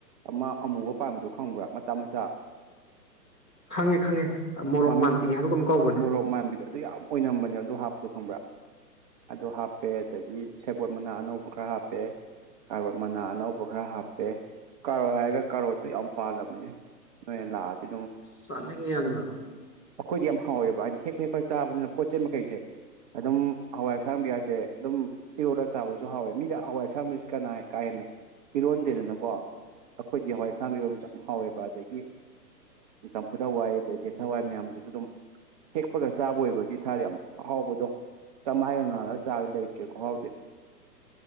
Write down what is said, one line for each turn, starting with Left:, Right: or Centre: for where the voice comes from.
Right: ꯑꯃ ꯑꯃꯨꯕ ꯄꯥꯟꯕꯗꯨꯣ ꯈꯪꯕ꯭ꯔꯥ ꯃꯆꯥ ꯃꯆꯥ
Centre: ꯈꯪꯉꯦ ꯈꯪꯉꯦ ꯃꯣꯔꯣꯛ
Right: ꯃꯃꯤꯡꯗꯣ
Centre: ꯃꯥꯟꯕꯤ ꯍꯥꯏꯕꯒꯨꯝꯝ ꯀꯧꯕꯅꯤ
Right: ꯃꯣꯔꯣꯛ ꯃꯥꯟꯕꯤꯗꯣ ꯑꯗꯨ ꯌꯥꯝ ꯑꯣꯏꯅꯝꯕꯅꯦ ꯑꯗꯨ ꯍꯥꯞꯄꯗꯣ ꯈꯪꯕ꯭ꯔꯥ ꯑꯗꯨ ꯍꯥꯞ ꯍꯥꯞꯄꯦ ꯑꯗꯒꯤ ꯁꯦꯕꯣꯠ ꯃꯅꯥ ꯑꯅꯧꯕ ꯈꯔ ꯍꯥꯞꯄꯦ ꯀꯥꯔꯔꯕꯣꯠ ꯃꯅꯥ ꯑꯅꯧꯕ ꯈꯔ ꯍꯥꯞꯄꯦ ꯀꯥꯔꯣ ꯍꯥꯏꯔꯒ ꯀꯥꯔꯣꯠꯇꯣ ꯌꯥꯝ ꯄꯥꯜꯂꯕꯅꯦ ꯅꯣꯏꯅ ꯂꯥꯛꯑꯗꯤ
Centre: ꯆꯥꯟꯅꯤꯡꯉ ꯌꯥꯉ
Right: ꯄꯈꯣꯏꯗꯤ ꯌꯥꯝꯦꯝ ꯍꯥꯎꯣꯏꯕ ꯍꯦꯛ ꯍꯦꯛꯄ ꯆꯥꯅꯤꯅ ꯄꯣꯠ ꯆꯩ ꯃꯈꯩꯁꯦ ꯑꯦꯗꯝꯝ ꯍꯋꯥꯏ ꯌꯦꯟꯁꯥꯡꯕꯤꯌꯥꯁꯦ ꯑꯗꯨꯝ ꯏꯔꯣꯗ ꯆꯥꯕꯁꯨ ꯍꯥꯎꯋꯦ ꯃꯤꯗ ꯍꯋꯥꯏ ꯏꯁꯥꯕꯁꯤ ꯀꯅꯥ ꯀꯥ ꯍꯦꯟꯅ ꯏꯔꯣꯟꯗꯦꯗꯅꯀꯣ ꯑꯩꯈꯣꯏꯗꯤ ꯍꯋꯥꯏ ꯁꯥꯡꯕꯤ ꯏꯔꯣꯟꯕꯁꯨ ꯌꯥꯝ ꯍꯥꯎꯋꯦꯕ ꯑꯗꯒꯤ ꯆꯝꯐꯨꯗ ꯍꯋꯥꯏ ꯑꯗꯩ ꯗꯦꯁ ꯍꯋꯥꯏ ꯃꯌꯥꯝꯗꯨꯁꯨ ꯑꯗꯨꯝ ꯍꯦꯛꯄꯒ ꯆꯥꯕ ꯑꯣꯏꯕꯒꯤ ꯏꯁꯥꯗ ꯌꯥꯝ ꯍꯥꯎꯕꯗꯣ ꯆꯛꯃꯥꯏꯗ ꯉꯜꯂꯒ ꯉꯔ ꯆꯥꯔ ꯂꯩꯇ꯭ꯔꯦ ꯈꯍꯥꯎꯗꯦ